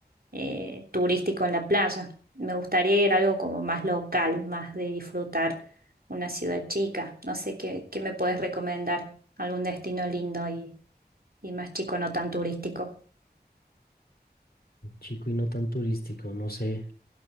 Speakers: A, on the right; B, on the left.
A: eh, turístico en la playa. Me gustaría ir a algo como más local, más de disfrutar una ciudad chica. No sé qué, qué me puedes recomendar, algún destino lindo y, y más chico, no tan turístico.
B: Chico y no tan turístico, no sé.